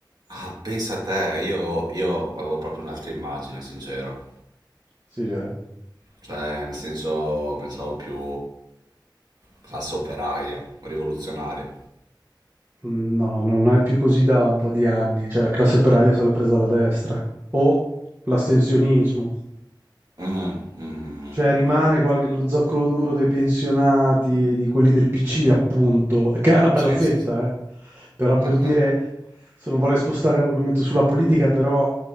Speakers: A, on the right; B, on the right.
A: Ah, pensa a te, io avevo, io avevo proprio un'altra immagine, sincero.
B: Sì, eh.
A: Cioè, nel senso, pensavo più classe operaia, rivoluzionaria.
B: Mm, No, non è più così da un po' di anni, cioè la classe operaia se l'ha presa alla destra. O l'astensionismo.
A: Mm, mm, mm, mm,
B: Cioè rimane
A: ho capito.
B: qual- lo zoccolo duro dei pensionati, di quelli del PC, appunto, <laughs> che è una bella
A: Sì,
B: fetta,
A: sì, sì.
B: eh. Però per
A: Eh,
B: dire,
A: eh.
B: se non vorrei spostare l'argomento sulla politica, però